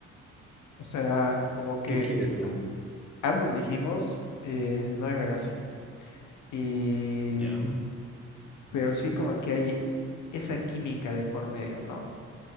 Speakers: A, on the left; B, in the centre.
A: O sea, como que
B: ¿Qué quieres tú?
A: am- ambos dijimos, eh, no hay relación. Y,
B: ¿Ya?
A: pero sí como que hay esa química de por medio, ¿no?